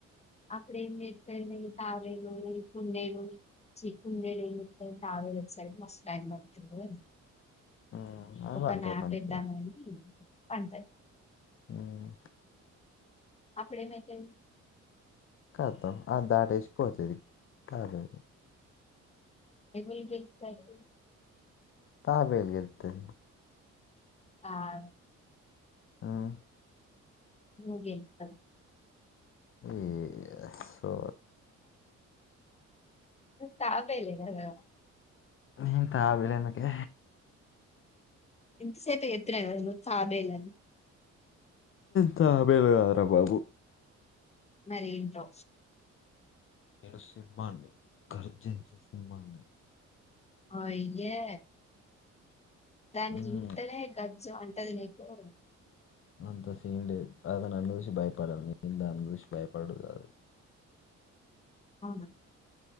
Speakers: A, on the left (about 20°); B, on the left (about 45°).
A: అప్పుడు ఏంజెత్తది తాబ్ నేను కుందేలు చి కుందేలు ఎంచెత్తదితాబేలు ఓచ్చేసరికి మాస్టైమ్బడుతది
B: మ్మ్ అది
A: ఒక
B: పంటది
A: నాప్
B: మంచిగా
A: ఏద్దామని పంటది
B: హ్మ్
A: అప్పుడేమైతది
B: కతం ఆ దాటేసిపోతది తాబేలు
A: ఏవుళ్ళూ గెలుత్తారు
B: తాబేల్ గెల్తది
A: కాదు
B: ఆహ్
A: నువ్ గెలుతవ్
B: ఏయో సో
A: తాబేలే కదా
B: ఉహు తాబేలు ఏందుకే
A: ఇంతసేపే చెప్పిన కదా, నువ్ తాబేలని.
B: తాబేలుకాదురా బాబు.
A: మరేంటో?
B: నేను సింహాన్ని, గర్జించే సింహాన్ని.
A: అయ్యే? దాన్ని
B: మ్మ్
A: జూత్తనే గజ్జుమంటది నీకు. తోకతోని
B: అంత సీన్ లేదు, అదేదొ నన్ను చూసి భయపడాలి. నేన్ దాన్ని చూసి బయపడడు కాదు.
A: అవున?